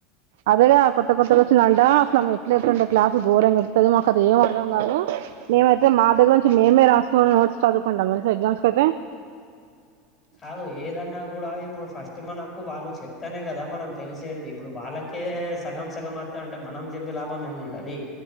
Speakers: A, on the right; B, on the left.
A: అదేగా కొత్త కొత్తగొచ్చిందంటా అట్లా ఎట్లేటుండే క్లాస్ ఘోరం చెప్తది మాక్ అది ఏం అర్థం కాదు. మేమైతే మా దగ్గర్ నుంచి మేమే రాస్కొని నోట్స్ చదువుకుంటాం తెల్సా ఎగ్జామ్స్ కైయితే
B: కాదు ఏదన్నా గుడా ఇప్పుడు ఫస్ట్ మనకు వాళ్ళు చెప్తేనే కదా మనం తెలిసేట్ది ఇప్పుడు వాళ్ళకి కే సగం సగం అత్త అంటే మనం చెప్పే లాభం ఏం ఉంటది.